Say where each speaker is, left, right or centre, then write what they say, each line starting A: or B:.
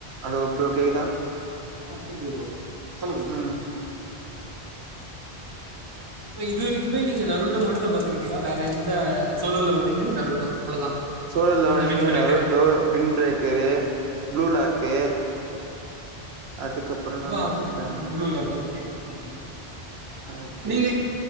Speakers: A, on the right; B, on the right.
A: Hello bro கேக்குதா
B: ஆ கேக்குது ப்ரோ சொல்லு ப்ரோ
A: ம்
B: இப்ப இது வெரிக்குமே நீங்க நரூட்டோ மட்டுந்தா பாத்துருக்கீங்களா வேற எந்த சோலோ லெவலுங்கு நரூட்டோ அவ்ளோதா
A: சோலோ லெவனிங்கு
B: இந்த வின் breaker
A: Naruto Wind Breaker Blue Lock அதுக்கப்புறோ என்ன
B: பா
A: பாத்திருக்கே
B: பு புளூ லாக்கு ஓகே ஓகே
A: அடுத்தது
B: நீங்க